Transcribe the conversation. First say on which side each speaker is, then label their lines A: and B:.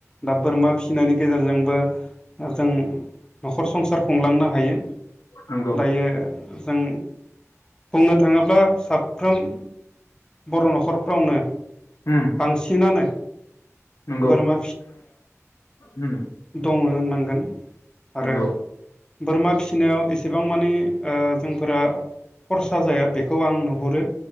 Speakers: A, on the left; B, on the left.
A: दा बोरमा फिसिनायनि गेजेरजोंबो जों न'खर संसार खुंलांनो हायो।
B: नंगौ
A: दायो जों। बुंनो थाङोब्ला साफ्रोम बर' न'खरफ्रावनो
B: उम
A: बांसिनानो
B: नंगौ
A: बोरमा
B: उम।
A: दंङ होननांगोन आरो
B: नंगौ उम नंगौ
A: बोरमा फिसिनायाव एसेबां माने जोंफोरा खरसा जाया बेखौ आं नुहुरो